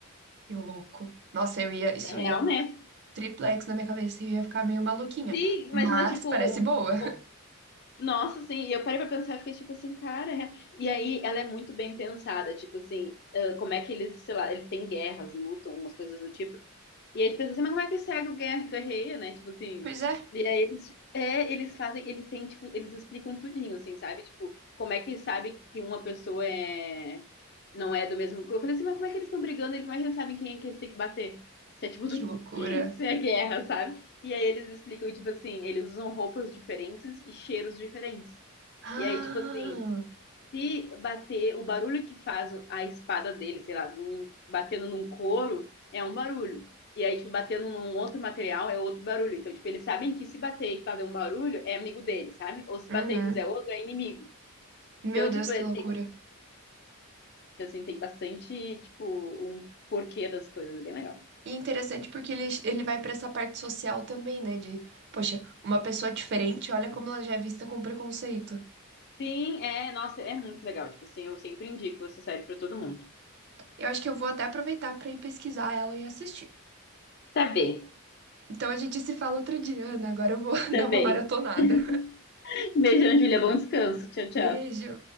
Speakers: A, on the right; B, on the left.
A: Que louco. Nossa, eu ia, isso
B: É real,
A: ia
B: né?
A: triplex na minha cabeça e eu ia ficar meio maluquinha.
B: Sim, imagina,
A: Mas
B: tipo,
A: parece boa. <laughs>
B: o- nossa, assim, e eu parei pra pensar e fiquei, tipo assim, cara, é- e aí ela é muito bem pensada, tipo assim, ah, como é que eles, sei lá, eles têm guerras, lutam, umas coisas do tipo, E aí tu pensa assim, mas como é que cego guer- guerreia, né? Tipo assim.
A: Pois é.
B: E aí eles, é, eles fazem, eles têm, tipo, eles explicam tudinho, assim, sabe? Tipo, como é que sabe que uma pessoa é, não é do mesmo. Eu falei assim, mas como é que eles estão brigando? Eles, como é que eles sabem quem é que eles têm que bater? Se é tipo, <laughs> se
A: Que loucura.
B: é guerra, sabe? E aí eles explicam, tipo assim, eles usam roupas diferentes e cheiros diferentes.
A: Ah.
B: E aí, tipo assim, se bater, o barulho que faz a espada dele, sei lá, num- batendo num couro, é um barulho. E aí, tipo, batendo num outro material é outro barulho. Então, tipo, eles sabem que se bater e fazer um barulho é amigo dele, sabe? Ou se
A: Uhum.
B: bater e fizer outro é inimigo.
A: Meu
B: Então,
A: Deus,
B: tipo, é-
A: que loucura.
B: tem, assim, tem bastante, tipo, um porquê das coisas, é bem legal.
A: E interessante porque ele, ele vai pra essa parte social também, né? De, poxa, uma pessoa diferente, olha como ela já é vista com preconceito.
B: Sim, é, nossa, é muito legal. Tipo assim, eu sempre indico essa série pra todo mundo.
A: Eu acho que eu vou até aproveitar pra ir pesquisar ela e assistir.
B: Tá bem,
A: Então a gente se fala outro dia, Ana. Agora eu vou <laughs>
B: tá
A: dar uma
B: bem.
A: maratonada.
B: <laughs> Beijo, Ana Júlia, bom descanso. Tchau,
A: Beijo!
B: tchau.